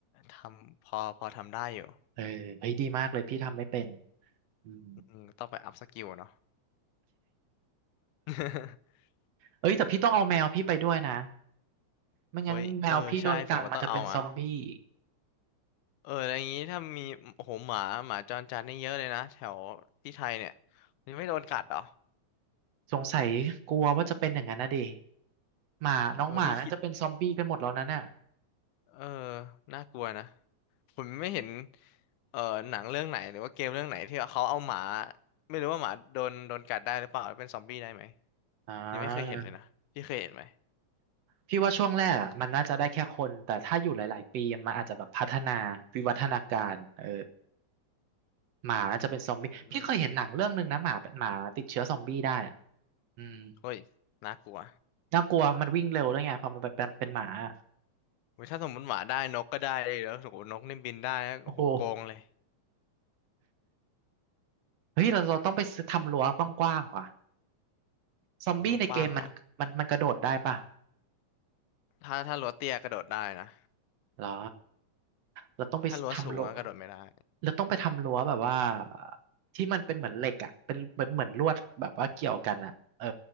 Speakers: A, on the left (about 90°); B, on the right (about 65°).
A: ทำพอพอทำได้อยู่
B: เออเฮ้ยดีมากเลยพี่ทำไม่เป็นอืม
A: อืมต้องไปอัพสกิลเนาะ <laughs>
B: เอ้ยแต่พี่ต้องเอาแมวพี่ไปด้วยนะ ไม่งั้นแมวพี่โดนกัดมันจะเป็นซอมบี้
A: เฮ้ยเออใช่ผมก็ต้องเอามา เอออะไรอย่างงี้ถ้ามีโอ้โหหมาหมาจรจัดนี่เยอะเลยนะแถวที่ไทยเนี่ยมันไม่โดนกัดเหรอ
B: สงสัยกลัวว่าจะเป็นอย่างนั้นนะดิหมาน้องหมาน่าจะเป็นซอมบี้กันหมดแล้วนั่นน่ะ
A: เออพี่คิดเออน่ากลัวนะผมไม่เห็นเออหนังเรื่องไหนหรือว่าเกมเรื่องไหนที่เขาเอาหมาไม่รู้ว่าหมาโดนโดนกัดได้หรือเปล่าหรือเป็นซอมบี้ได้ไหม
B: อ่
A: ยังไม่เคยเห็นเลยนะพี่เคยเห็นไหม
B: าพี่ว่าช่วงแรกอะมันน่าจะได้แค่คนแต่ถ้าอยู่หลาย ๆ ปีมันอาจจะแบบพัฒนาวิวัฒนาการเออหมาน่าจะเป็นซอมบี้พี่เคยเห็นหนังเรื่องหนึ่งนะหมาเป็นหมาติดเชื้อซอมบี้ได้อะ
A: อืม
B: อืม
A: เฮ้ยน่ากลัว
B: น่ากลัวมันวิ่งเร็วด้วยไงพอมันเป็นเป็นเป็นหมาอะ
A: เว้ยถ้าสมมติหมาได้นกก็ได้เลยแล้วโหนกนี่บินได้นะโอ้โหโกงเลย
B: โอ้โหเฮ้ยเราเราต้องไปซื้อทำรั้วกว้างๆว่ะซอมบี้ในเกมมันมันมันกระโดดได้ป่ะ
A: รั้วกว้างเหรอถ้าถ้ารั้วเตี้ยกระโดดได้นะ
B: เหรอ เราต้องไปทำรั้ว
A: ถ้ารั้วสูงอะกระโดดไม่ได้
B: เราต้องไปทำรั้วแบบว่าที่มันเป็นเหมือนเหล็กอ่ะเป็นเหมือนเหมือนลวดแบบว่าเกี่ยวกันอ่ะเออ